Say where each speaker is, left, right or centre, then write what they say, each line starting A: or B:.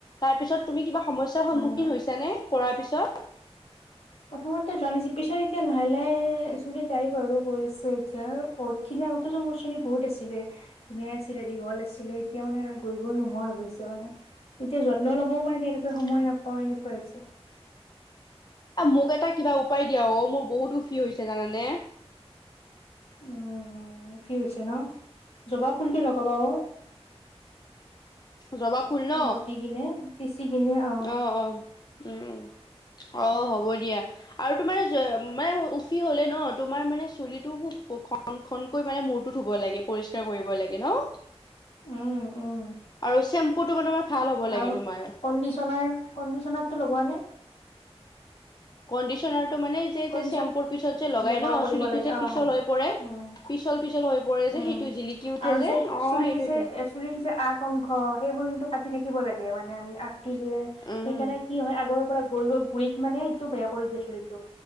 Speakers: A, on the left (about 40°); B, on the left (about 65°).
A: তাৰ পিছত তুমি কিবা সমস্যাৰ
B: হয়
A: সন্মুখীন
B: হয়
A: হৈছে নে? কৰাৰ পিছত
B: প্ৰথমতে জানিছ পিছত এতিয়া লাহে লাহে যাই বাৰু গৈ আছো এতিয়া বহুত খিনি আগতেতো মোৰ শ্ৰেণী বহুত আছিলে। ধুনীয়া আছিলে দীঘল আছিলে এতিয়া মানে কৰিবই নোৱাৰো গৈছে মানে এতিয়া যত্ন লবও মানে তেনেকৈ সময়
A: উম,
B: নাপাও এনেকুৱা হৈছে।
A: মোক এটা কিবা উপায় দিয়া অ' মোৰ বহুত সুখী হৈছে জানানে?
B: উম উফি হৈছে ন জবা ফুলটো লগাবা অ'।
A: জবা ফুল ন
B: বতি কিনে পিচি কিনে অহ।
A: অ অ উম অ' হ'ব দিয়া। আৰু তোমাৰ মানে উফি হ'লে ন তোমাৰ মানে চুলিটো খুব ঘ মানে ঘনকৈ মানে মূৰটো ধুব লাগে পৰিষ্কাৰ কৰিব লাগে ন'।
B: উম, উম
A: আৰু চেম্পুটো মানে তোমাৰ ভাল হ'ব লাগে
B: আৰু
A: তোমাৰ
B: কণ্ডিচনাৰ কণ্ডিচনাৰতটো লগোৱা নে?
A: কণ্ডিচনাৰ
B: কণ্ডিচন
A: চেম্পু পিছত যে লগাই
B: ব্যৱহাৰ
A: ন
B: কৰিব
A: চুলিটো
B: লাগে
A: যে
B: অ
A: পিছল হৈ পৰে।
B: উম
A: পিছল, পিছল হৈ পৰে
B: উম
A: যে জিলিকি উঠে
B: আৰু
A: যে অ'
B: চুলিৰ
A: সেইটো
B: যে
A: সেইটো।
B: চুলিৰ যে আগ অংশ সেইবোৰ কিন্তু কাটি থাকিব লাগে মানে আমি আ যে
A: উম
B: সেইকাৰণে কি হয় আগৰ পৰা গৈ গৈ গুৰিত মানে এইটো বেয়া কৰি দিয়ে চুলিটো।